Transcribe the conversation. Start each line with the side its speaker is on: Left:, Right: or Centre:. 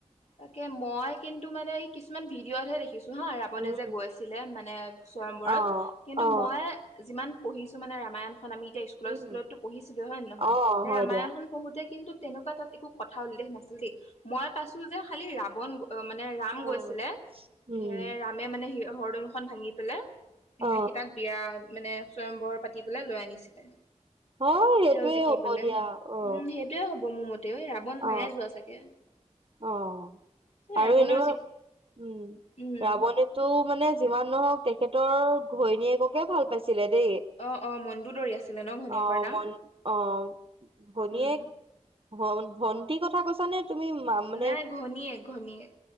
Left: তাকে মই কিন্তু মানে এই কিছুমান ভিডিঅ'তহে দেখিছোঁ। নহয় ৰাৱণে
Right: উম
Left: যে গৈছিলে মানে চয়ম্বৰত
Right: অ
Left: কিন্তু
Right: অ
Left: মইয়ে যিমান পঢ়িছো মানে ৰামায়ণখন আমি এতিয়া স্কুলত,
Right: উম
Left: স্কুলতটো পঢ়ছিলোঁ হয় নে নহয়
Right: অ
Left: হে
Right: হয়
Left: ৰামায়ণখন
Right: দিয়া
Left: পঢ়োঁতে কিন্তু তেনেকুৱা তাত একো কথা উল্লেখ নাছিল দেই মই পাইছোঁ যে খালি ৰাৱণ গ অ' মানে, ৰাম
Right: অ
Left: গৈছিলে।
Right: উম
Left: হে ৰাম ৰামে মানে <unintelligible> হৰ ধনুখন ভাঙি পেলে
Right: অ
Left: হে সীতাক বিয়া মানে, চয়ম্বৰ পাতি পেলাই লৈ আনিছিলে।
Right: হয় সেইটোয়ে
Left: তেওঁ জিকি
Right: হ'ব
Left: পেলে
Right: দিয়া অ
Left: উম, হেটোৱে হ'ব মোৰ মতেও এই ৰাৱণ
Right: অ
Left: নাই যোৱা চাগে।
Right: অ'
Left: এ
Right: আৰু
Left: ৰাৱণৰ
Right: এনেও
Left: যি
Right: উম,
Left: উম
Right: ৰাৱণে তো মানে যিমান নহওক, তেখেতৰ ঘৈণীয়েককে ভাল পাইছিলে দে।
Left: অ অ মনটো দৌৰি আছিলে ন ঘনীয়েকৰ
Right: অ'
Left: নাম
Right: মন অ' ঘনীয়েক
Left: উম
Right: ভন-ভন্টি কথা কৈছ নে? তুমি মা মানে
Left: নাই ঘনীয়েক, ঘনীয়েক।